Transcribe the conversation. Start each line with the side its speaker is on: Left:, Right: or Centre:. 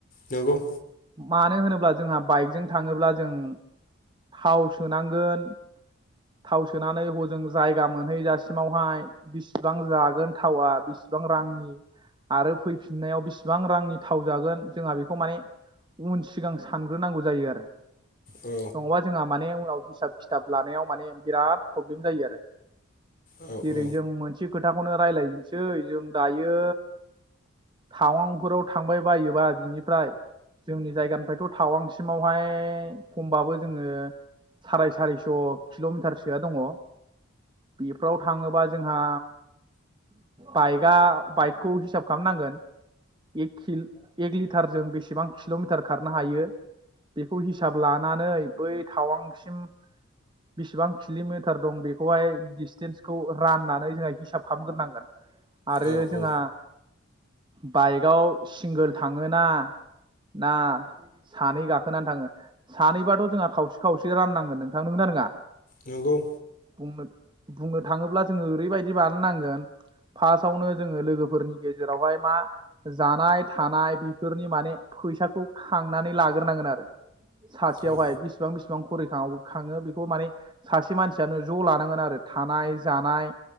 Left: नंगौ
Right: मानो होनोब्ला जोंहा बाइकजों थाङोब्ला जों थाव सोनांगोन थाव सोनानै हजों जायगा मोनहैजासिमावहाय बेसेबां जागोन थावआ बेसेबां र रांनि आरो फैफिननायाव बेसेबां रांनि थाव जागोन जोंहा बेखौ माने उन सिगां सानग्रोनांगौ जायो आरो
Left: औ
Right: नङाबा जोंहा माने उनाव हिसाब खिथाब लानायाव माने बिराद प्रब्लेम जायो आरो
Left: औ
Right: जेरै
Left: औ
Right: जों मोनसे खोथाखौनो रायजलायजनसै जों दायो टाउनफोराव थांबाय बायोबा बिनिफ्राय जोंनि जायगानिफ्रायथ' थावांसिमावहाय खमबाबो जोङो साराय सारिस' किल'मिटारसोआ दङ बेफोराव थाङोबा जोंहा बाइकआ बाइकखौ हिसाब खालामनांगोन कि एक लिटारजों बेसेबां किल'मिटार खारनो हायो बेखौ हिसाब लानानै बै थावांसिम बेसेबां किल'मिटार दं बेखौहाय डिसटेन्सखौ राननानै जोंहा हिसाब खालामग्रोनांगोन आरो
Left: औ
Right: जोंहा
Left: औ
Right: बाइकआव सिंगोल थाङोना ना सानै गाखोनानै थाङो सानैबाथ' जोंहा खावसे खावसे राननांगोन नोंथां नना नङा
Left: नंगौ
Right: नो बुंनो थाङोब्ला जोङो ओरैबायदि बानाय नांगोन फार्स्टआवनो जोङो लोगोफोरनि गेजेरावहाय मा जानाय थानाय बेफोरनि माने फैसाखौ खांनानै लाग्रोनांगोन आरो सासेयावहाय
Left: औ
Right: बेसिबां बिसिबां खरि खाङो बेखौ माने सासे मानसियानो ज' लानांगोन आरो थानाय जानाय